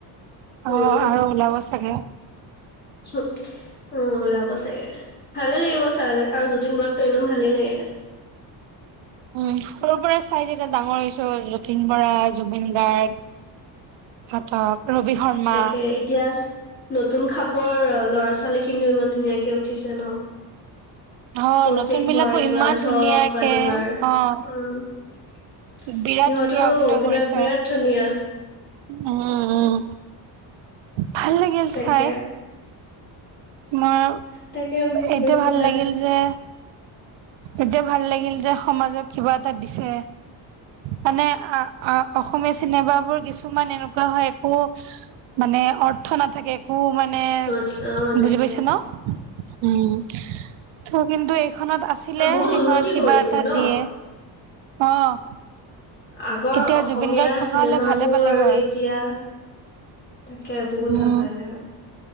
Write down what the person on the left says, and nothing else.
উম।
অৱ, ওলাব চাগে, ভালে লাগিব ছাবলে আৰু যতীন বৰাক <unintelligible> ভালেই লাগে।
তাকে, এতিয়া নতুন খাপ <unintelligible> ল'ৰা ছোৱালী খিনিও ইমান ধুনীয়াকে উঠিছে ন।
কৌচিক
ভৰদ্বাজ
হক বা তোমাৰ,
উম সিহঁতৰো
অভিনয়
বিৰাট ধুনীয়া।
তাকে।
তাকে মোৰো
খুব
অ', তাকে
আৰু বহুত
উন্নতি
কৰিছে
ন।
আগৰ
অসমীয়া
চিনেমাবোৰ
আৰু
এতিয়া তাকে বহুত
ভাল পালে